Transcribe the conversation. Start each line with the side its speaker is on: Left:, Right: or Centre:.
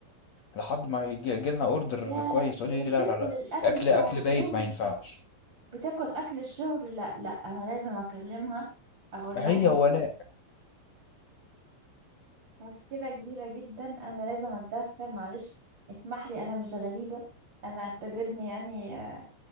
Left: لحد ما يجي لنا اوردر
Right: يا
Left: كويس
Right: هي
Left: تقول لي
Right: بتاكل
Left: لا لا لا
Right: الاكل
Left: اكل
Right: بتاع
Left: اكل
Right: الشغل
Left: بايت ما ينفعش
Right: بتاكل اكل الشغل لا لا انا لازم اكلمها اقول
Left: هي
Right: لها
Left: ولاء
Right: مشكلة كبيرة جدا أنا لازم أتدخل معلش اسمح لي أنا مش غريبة أنا اعتبرني يعني آه،